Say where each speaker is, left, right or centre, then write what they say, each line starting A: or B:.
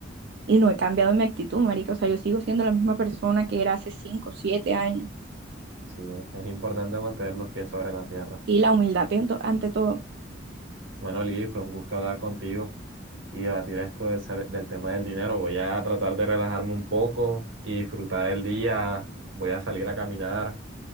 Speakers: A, on the right; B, on the right.
A: Y no he cambiado mi actitud, marica. O sea, yo sigo siendo la misma persona que era hace 5 7 años.
B: Así es, es importante mantener los pies sobre la tierra.
A: Sí, la humildad pento- ante todo.
B: Bueno, Lidy, fue un gusto hablar contigo. y debatir esto del, ser- del tema del dinero. Voy a tratar de relajarme un poco y disfrutar el día. Voy a salir a caminar